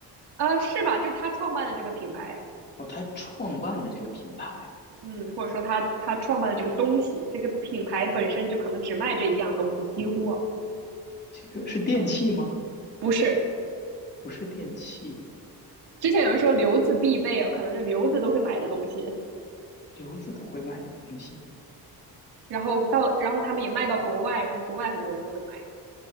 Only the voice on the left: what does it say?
哦，她创办的这个品牌，
这个是电器吗？
不是电器，
刘子都会买的东西，